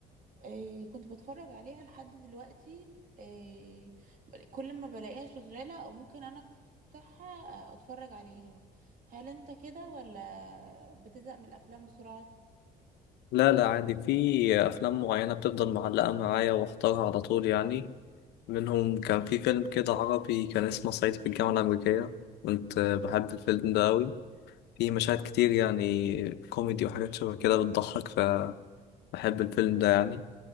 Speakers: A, on the right; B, on the left.
A: إيه كنت بتفرج عليها لحد دلوقتي إيه كل ما بلاقيها شغالة او ممكن انا افتحها اتفرج عليها هل انت كده ولا بتزهق من الافلام بسرعة
B: لا لا عادي في افلام معينة بتفضل معلقة معايا واختارها على طول يعني منهم كان في فيلم كده عربي كان اسمه صعيدي في الجامعة الأمريكية كنت آه، بحب الفيلم ده أوي في مشاهد كتير يعني كوميدي وحاجات شبه كده بتضحك فبحب الفيلم ده يعني